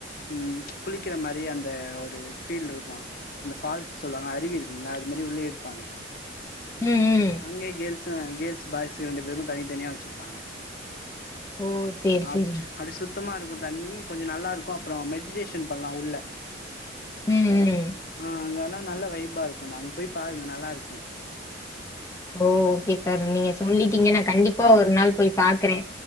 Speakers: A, on the left; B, on the left.
A: உம் குளிக்கிற மாரி அந்த ஒரு ஃபீல்ட் இருக்கும் அந்த ஃபால்ஸ் சொல்லுவாங்க அருவி இருக்குதா அது மாரி உள்ளே எடுப்பாங்க
B: ம். ம்.
A: அங்க கேர்ள்ஸ் கேள்ஸ் பாய்ஸ்கு ரெண்டு பேருக்கும் தனித்தனியா வச்சிருப்பாங்க
B: ஓ! சரி,
A: <unintelligible>
B: சரி.
A: சுத்தமா இருக்கும் தண்ணி கொஞ்சம் நல்லா இருக்கும் அப்புறம் மெடிடேஷன் பண்ணலாம் உள்ள
B: ம். ம்.
A: ஆஹ் அங்கெல்லா நல்ல வைபா இருக்கும் அங்க போய் பாருங்க நல்லா இருக்கும்
B: ஓ ஓகே சார் நீங்க சொல்லிட்டீங்க நான் கண்டிப்பா ஒரு நாள் போய் பாக்குறேன்